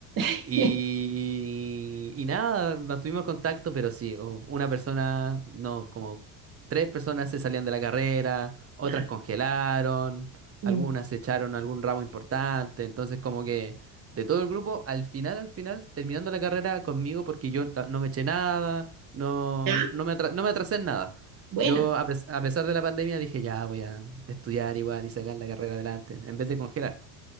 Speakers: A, on the right (about 45°); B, on the right (about 30°).
A: <laughs>
B: Y, y nada, mantuvimos contacto, pero sí, o- una persona, no, como tres personas se salían de la carrera, otras
A: Ya,
B: congelaron,
A: mm,
B: algunas se echaron algún ramo importante, entonces como que de todo el grupo, al final, al final, terminando la carrera conmigo, porque yo ta- no me eché nada, no,
A: ya,
B: no me atra- no me atrasé en nada.
A: Bueno,
B: Yo, a pes- a pesar de la pandemia, dije, ya voy a estudiar igual y sacar la carrera adelante, en vez de congelar.